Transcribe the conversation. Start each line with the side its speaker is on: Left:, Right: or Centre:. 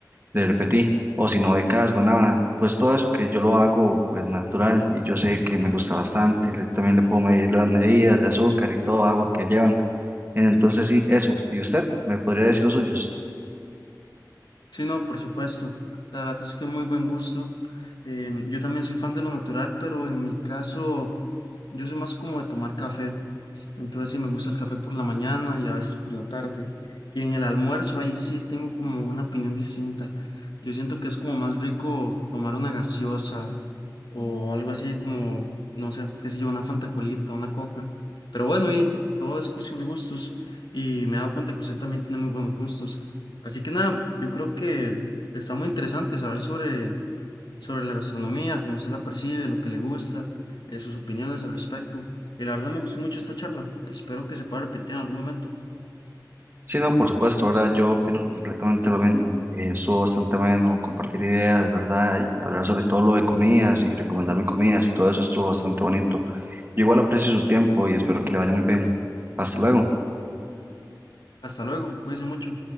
Right: le repetí, o si no, becas, guanábana, pues todo eso que yo lo hago pues natural y yo sé que me gusta bastante. le- también le puedo medir las medidas de azúcar y todo agua que llevan. Entonces sí, eso. ¿Y usted me podría decir los suyos?
Left: Sí, no, por supuesto. La verdad es que muy buen gusto. Em, yo también soy fan de lo natural, pero en mi caso, yo soy más como de tomar café. Entonces, sí me gusta el café por la mañana y a veces por la tarde. Y en el almuerzo, ahí sí tengo como una opinión distinta. Yo siento que es como más rico tomar una gaseosa o algo así como, no sé, qué sé yo, una Fanta Colita, una Coca. Pero bueno, y todo es cuestión de gustos y me he dado cuenta que usted también tiene muy buenos gustos. Así que nada, yo creo que está muy interesante saber sobre, sobre la gastronomía, cómo usted la percibe, lo que le gusta, eh, sus opiniones al respecto. Y la verdad me gustó mucho esta charla. Espero que se pueda repetir en algún momento.
Right: Sí, no, por supuesto, ahora yo opino completamente lo mismo. Eh, estuvo bastante bueno compartir ideas, ¿verdad? Y hablar sobre todo lo de comidas y recomendarme comidas y todo eso estuvo bastante bonito. Yo igual aprecio su tiempo y espero que le vaya muy bien. Hasta luego.
Left: Hasta luego, cuídense mucho.